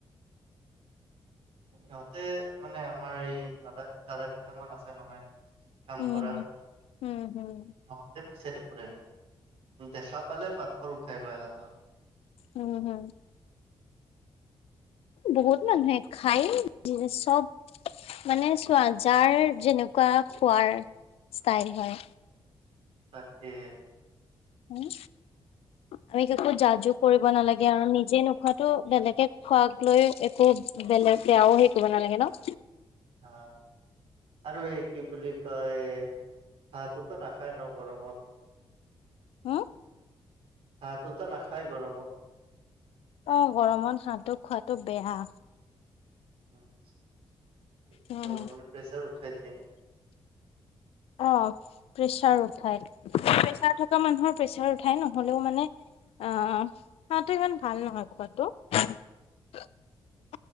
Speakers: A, on the right; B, on the left.
A: ইহঁতে মানে আমাৰ এই দাদা দাদা কেইটামান আছে নহয়। কাম
B: উম।
A: কৰা,
B: উম, হুম,
A: সিহঁতে বিচাৰি ফু ফূৰে, দেখা পালে পাথৰ উঠাই লয় হাতত। <inaudible>
B: উম, হুম, বহুত মানুহে খাই চব মানে চোৱা যাৰ যেনেকুৱা খোৱাৰ ষ্টাইল হয়।
A: তাকে।
B: উম, আমি একো জজ কৰিব নালাগে আৰু নিজে নোখোৱাত টো বেলেগে খোৱাক লৈ একো বেলেগ বেয়াও হে কৰিব নালাগে ন?
A: আহ আৰু এই কি বুলি কয়, হাঁহটোতো নাখায় ন গৰমত।
B: হোন?
A: হাঁহটোটো নাখায় গৰমত।
B: অ', গৰমত হাঁহটো খোৱাটো বেয়া।
A: মানে
B: উম।
A: প্ৰেছাৰ উঠাই দিয়ে নেকি?
B: অ প্ৰেছাৰ উঠাই প্ৰেছাৰ থকা মানুহৰ প্ৰেছাৰ উঠাই নহ'লেও মানে আহ হাঁহটো ইমান ভাল নহয় খোৱাটো <inaudible>